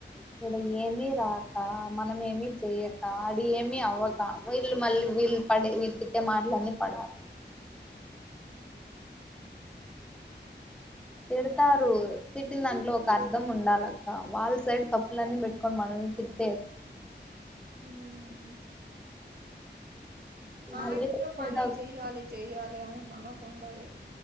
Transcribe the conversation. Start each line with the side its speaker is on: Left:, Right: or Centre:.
Centre: ఇక్కడ ఏమి రాక మనం ఏమి చెయ్యక అడ ఏమి అవ్వక వీళ్ళు మళ్ళీ వీల్ పడే వీళ్ తిట్టే మాటలన్నీ పడా
Right: అవు
Centre: తిడతారు తిట్టిన దాంట్లో ఒక అర్ధం ఉండాలక్క వాళ్ళ సైడ్ తప్పులన్నీ పెట్టుకుని మనల్ని తిట్
Right: ఉ మ
Centre: శాలరీ
Right: <unintelligible>
Centre: వచ్చేదాకా
Right: పని చెయ్యాలి చెయ్యాలి అని మనకుంటది